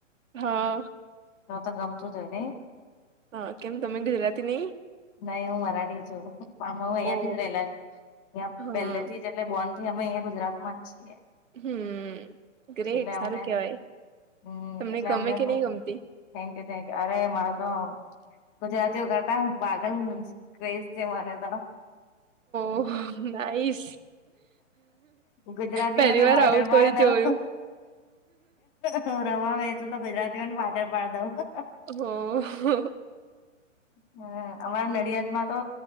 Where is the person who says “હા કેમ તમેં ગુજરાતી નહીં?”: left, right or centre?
Right